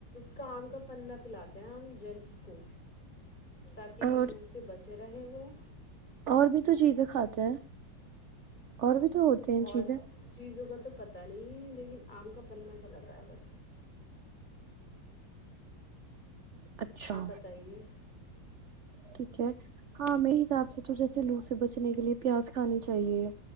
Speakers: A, on the left; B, on the right.
A: کام کا پہ پلاتے ہیں ہم جینٹس کو تاکہ
B: اور
A: لو سے بچ چ رہ ہے وہو
B: اور بھی تو چیزیں کھاتے ہیں اور بھی تو ہو چین
A: اور
B: چیزیں
A: چیزوں کا تو پتہ نہیں ہے لیکن آم کا پننا کا پتائے گا
B: اچھا
A: آپ بتائیے
B: ٹھیک ہے ہاں میرے حساب سے تو جیسے لو سے بچنے کے لیے پیاز کھانی چاہیے